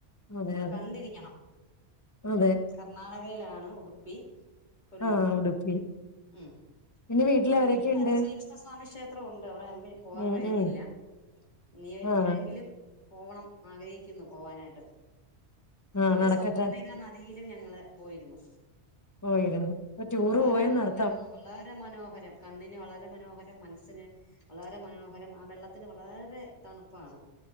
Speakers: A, on the left (about 20°); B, on the left (about 45°).
A: അതെ
B: നമ്മള്
A: അതെ
B: കണ്ടിരിക്കണം.
A: അതെ.
B: കർണാടകയിലാണ് ഉടുപ്പി കൊല്ലൂർ
A: ആഹ് ഉടുപ്പി
B: ഉം
A: പിന്നെ വീട്ടില്
B: ഉളിപ്പീലും
A: ആരൊക്കെയുണ്ട്?
B: വേറെ <unintelligible> ആഹ് സ്വാമി ക്ഷേത്രം ഉണ്ട് അവിടെ ഞങ്ങക്കിനി പോവാൻ
A: ഉം
B: കഴിഞ്ഞില്ല.
A: ഉം
B: ഇനി എപ്പഴെങ്കിലും.
A: ആഹ്
B: പോവണം ആഗ്രഹിക്കുന്നു പോവാനായിട്ട്.
A: ആഹ്
B: പിന്നെ
A: നടക്കട്ടെ
B: സൗഭർണിക നയിലും ഞങ്ങള് പോയിരുന്നു.
A: പോയിരുന്നു. ഇപ്പൊ ടൂറ്
B: വളാരെ
A: പോയെന്നർത്ഥം
B: മനോഹരമാണ് വളാരെ. വളരെ മനോഹരം കണ്ണിന് വളരെ മനോഹരം മനസ്സിന് വളരെ മനോഹരം ആ വെള്ളത്തിന് വളാരെ തണുപ്പാണ്.